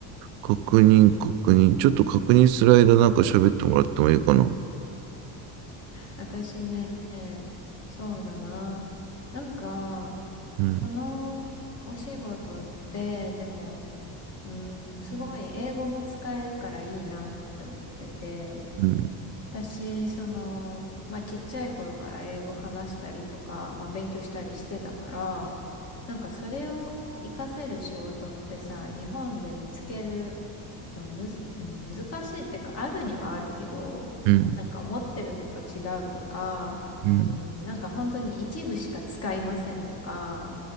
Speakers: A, on the right (about 75°); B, on the left (about 30°).
A: 確認、確認。ちょっと確認する間、なんか喋ってもらってもいいかな。
B: 私ね、そうだな。なんか、
A: うん。
B: このお仕事って、でも、うーん、すごい英語も使えるからいいなって思ってて、
A: うん。
B: 私、その、まあ、ちっちゃい頃から英語話したりとか、まあ、勉強したりしてたから、なんかそれを活かせる仕事ってさ、日本で見つけるでもむず、うん、難しいってか、あるにはあるけど、
A: うん。
B: なんか思ってるのと違うとか、
A: うん。
B: うん、なんか本当に一部しか使いませんとか、